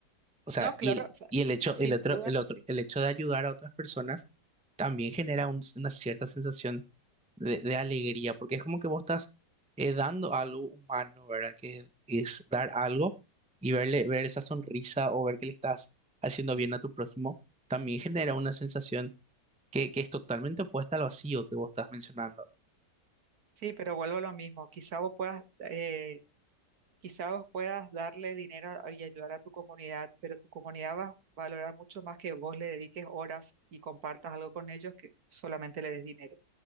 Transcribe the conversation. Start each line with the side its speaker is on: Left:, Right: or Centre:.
Centre: O sea,
Right: No, claro,
Centre: y el,
Right: o sea,
Centre: y el hecho,
Right: sin
Centre: el otro,
Right: duda
Centre: el
Right: que
Centre: otro,
Right: sí.
Centre: el hecho de ayudar a otras personas también genera un- una cierta sensación de, de alegría, porque es como que vos estás eh, dando algo humano, ¿verdad? Que es, es dar algo y verle, ver esa sonrisa o ver que le estás haciendo bien a tu prójimo, también genera una sensación que, que es totalmente opuesta al vacío que vos estás mencionando.
Right: Sí, pero vuelvo a lo mismo. Quizá vos puedas eh, Quizás vos puedas darle dinero a- y ayudar a tu comunidad, pero tu comunidad va a valorar mucho más que vos le dediques horas y compartas algo con ellos que solamente le des dinero.